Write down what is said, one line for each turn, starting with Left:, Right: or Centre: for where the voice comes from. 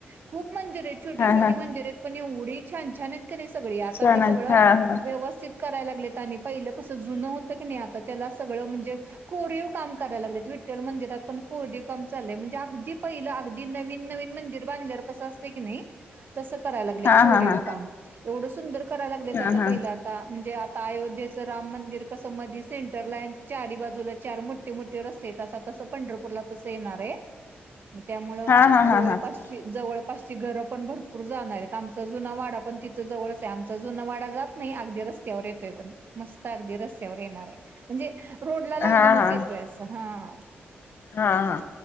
Right: खूप मंदिर आहेत. छोटी
Left: हा
Right: छोटी
Left: हा
Right: मंदिर आहेत. पण एवढी छान छान येत. ती सगळी आता
Left: सण
Right: तर सगळं
Left: हा हा
Right: व्यवस्थित करायला लागले आणि पहिलं कस जुन होत की नाही? आता त्या सगळं म्हणजे कोरीव काम करायला लाग विठ्ठल मंदिरात पण कोरीव काम चालले. म्हणजे, अगदी पहिला नवीन नवीन मंदिर. बायरजार कस असतंय की नाई? तस करायला लागलेत
Left: हा
Right: कोरीव
Left: हा हा
Right: काम. एवढ सुंदर करायला लागलेत आता
Left: हा हा
Right: पहिलं आता म्हणजे, आता अयोध्येचं राम मंदिर कसं मधे सेंटरला चार ही बाजूला चार मो मोठे रस्ते अस. तसं पंढर पूरला तसं येणार आहे. त्यामुळ
Left: हा हा
Right: जवळपास
Left: हा हा
Right: जवळपासची घर पण भरपूर जाणारे. आमचा जुना वाडा पण तिथं जवळच आहे आमचा जुना वाडा जात नाही अगदी रस्त्यावर येतोय. पण मस्त अगदी रस्त्यावर येणार आहे म्हणजे रोडला लागूनच
Left: हा हा
Right: येतोय. ते असं हा.
Left: हा हा.